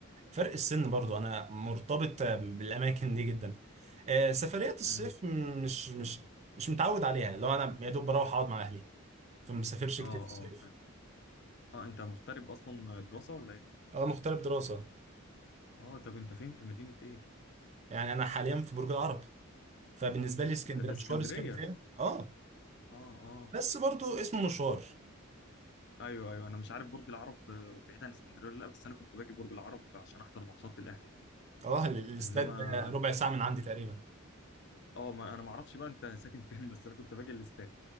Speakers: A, on the right (about 30°); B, on the left (about 55°).
A: فرق السن برضه انا مرتبط آه، بالاماكن دي جدا آه، سفريات الصيف
B: امم
A: م- مش مش مش متعود عليها لو انا يا دوب بروح اقعد مع اهلي فما بسافرش
B: اه
A: كتير في الصيف
B: اه فاهم اه انت مغترب اصلا دراسه ولا ايه
A: اه مغترب دراسه
B: اه طب انت فين في مدينه ايه
A: يعني انا حاليا في برج العرب فبالنسبه لي اسكندريه
B: ده اسكندريه
A: مشوار اسكندريه اه
B: اه آه.
A: بس برضه اسمه مشوار
B: ايوه ايوه انا مش عارف برج العرب آه، بعيد عن اسكندريه ولا لا بس انا كنت باجي برج العرب عشان احضر ماتشات للاهلي يعني
A: اه ال- الاستاد
B: انما
A: ده ربع ساعه من عندي تقريبا
B: اه ما انا ما اعرفش بقى انت ساكن فين بس انا كنت باجي الاستاد